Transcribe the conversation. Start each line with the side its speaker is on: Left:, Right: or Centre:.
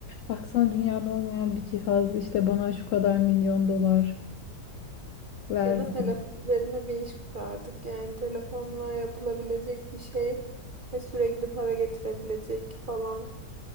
Left: Baksana dünyada olmayan bir cihaz işte bana şu kadar milyon dolar verdi.
Right: Ya da telefon üzerine bir iş kurardık. Yani telefonla yapılabilecek bir şey ve sürekli para getirebilecek falan.